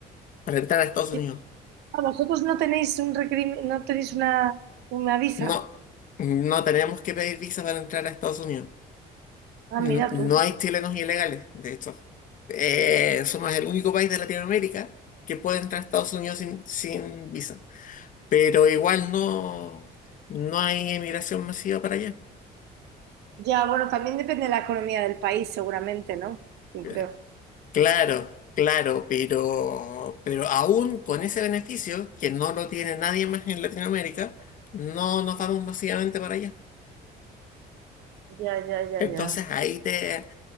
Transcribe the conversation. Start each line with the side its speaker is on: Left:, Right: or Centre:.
Left: para entrar a Estados Unidos.
Right: sí, ah, vosotros no tenéis un requerim- no tenéis una, una visa.
Left: No, no tenemos que pedir visa para entrar a Estados Unidos.
Right: Ah,
Left: No,
Right: mira
Left: no
Right: tú.
Left: hay chilenos ilegales, de hecho. Eh, somos el único país de Latinoamérica que puede entrar a Estados Unidos sin, sin visa. Pero igual no, no hay emigración masiva para allá.
Right: Ya, bueno, también depende de la economía del país, seguramente, ¿no? Yo
Left: Eh,
Right: creo.
Left: Claro, claro, pero, pero aún con ese beneficio, que no lo tiene nadie más en Latinoamérica, no nos vamos masivamente para allá.
Right: Ya, ya, ya,
Left: Entonces
Right: ya.
Left: ahí te,